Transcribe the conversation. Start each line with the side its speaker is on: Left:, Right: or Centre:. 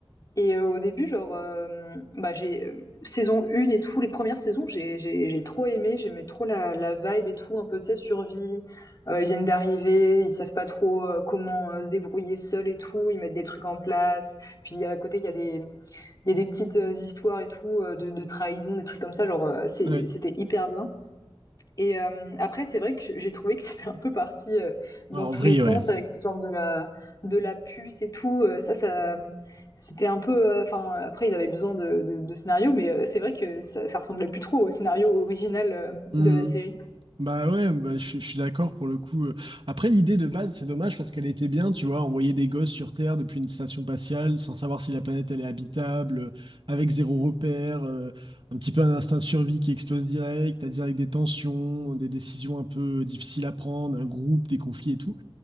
Left: Et euh, au début, genre, euh, bah, j'ai euh, saison 1 et tout, les premières saisons, j'ai j'ai- j'ai trop aimé, j'aimais trop la, la vibe et tout, un peu, tu sais, survie. Euh, ils viennent d'arriver, ils savent pas trop euh, comment euh, se débrouiller seuls et tout, ils mettent des trucs en place. Puis à côté, il y a des, il y a des petites euh, histoires et tout, euh, de, de trahison, des trucs comme ça, genre, euh, c'est-
Right: Ouais.
Left: c'était hyper bien. Et hem, après, c'est vrai que j'ai trouvé que c'était un peu parti, heu, dans
Right: Ouais, en
Left: tous
Right: vrai,
Left: les sens
Right: ouais.
Left: avec l'histoire de la de la puce et tout, heu, ça ça, mmh, c'était un peu, heu, enfin, après ils avaient besoin de de de scénarios, mais heu, c'est vrai que ça ça ressemblait plus trop au scénario original, hem,
Right: Hmm.
Left: de la série.
Right: Bah ouais, bah je, suis je suis d'accord pour le coup. euh. Après, l'idée de base, c'est dommage parce qu'elle était bien, tu vois, envoyer des gosses sur Terre depuis une station spatiale sans savoir si la planète elle est habitable, euh, avec zéro repère, euh, un petit peu un instinct de survie qui explose direct, à direct des tensions, des décisions un peu euh, difficiles à prendre, un groupe, des conflits et tout.